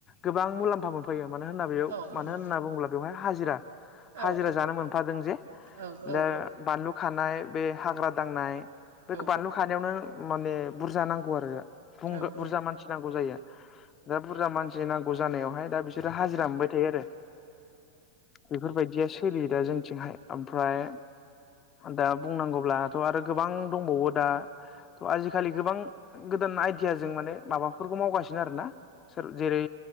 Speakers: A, on the left (about 25°); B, on the right (about 60°).
A: गोबां मुलाम्फा मोनफायो मानो होनना बेयाव
B: औ
A: मानो
B: उम औ
A: होनना बुङोब्ला बेवहाय हाजिरा
B: औ
A: हाजिरा जानो मोनफादों जे
B: औ उम
A: दा बानलु होखानाय बे हाग्रा दांनाय बे
B: औ
A: बानलु खानायावनो माने बुरजा नांगौ आरो बुं
B: उम औ उम औ उम औ उम
A: बुरजा मानसि नांगौ जायो दा बुरजा मानसि नांग जानायावहाय दा बिसोरो हाजिरा मोनबाय थायो आरो बेफोरबायदिया सोलियो दा जोंथिंहाय ओमफ्राय दा बुंनांगौब्लाथ' आरो गोबां दंबावो दा थ' आजिखालि गोबां गोदान आइदियाजों माने माबाफोरखौ मावगासिनो आरोना सोर जेरै